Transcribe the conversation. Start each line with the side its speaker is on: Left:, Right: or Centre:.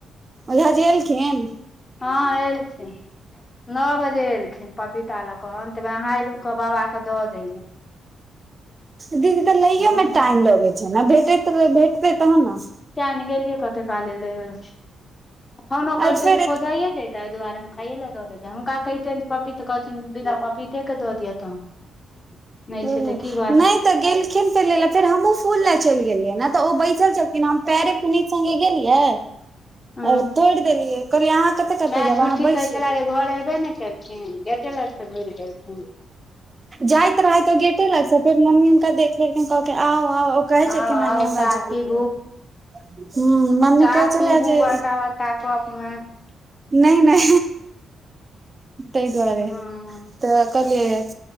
Right: ओझ जी एलखिन।
Left: हँ एलखिन न बजे एलखिन पपीता लक अंत मे अहा एलौ त बाबा के द देलिय
Right: दीदी तऽ लैयोमे
Left: ने
Right: टाइम लगै छै नऽ भेट भेटतै तहन नऽ
Left: किया ने गेलियै कते काले ले आलखिन फोनो करिते
Right: आ फेर
Left: त खौझाये जेथिन ताहि दुआरे हम खाय ल दऽ देलिय हुनका कहिेतिय त कहथिन बीना पपीते के दऽ दिय तहन नहि
Right: ओ
Left: छै तऽ की बात
Right: नहि
Left: छै
Right: त गेल एलखिन फूल ले ले फेर हमहू फूल लऽ चलि गेलियै नऽ तऽ ओ बैसल छलन हम पैरे पुनीित सगे गेलियै।
Left: ह
Right: आओर तोड़ि देलियै कहलियै अहाँ कतऽ कतऽ
Left: माय
Right: जायब
Left: झुठी
Right: अहाँ बैसू
Left: कहैछला जे घर एबे नै केलखिन गेटे लग सँ घुर गेलखिन
Right: जाइत रहे तऽ गेटे लगस फेर मम्मी हुनका देखले। आ आ उ कहै छै
Left: आउ
Right: कि नहि
Left: आउ
Right: नहि हमरा
Left: चाह
Right: जाइ
Left: पीबू
Right: नऽ हू मम्मी
Left: चाह
Right: कहै
Left: पीबू
Right: छलय जे
Left: बड़का <unintelligible>
Right: नहि मय तहि दुआरे
Left: हँ
Right: तऽ कलिय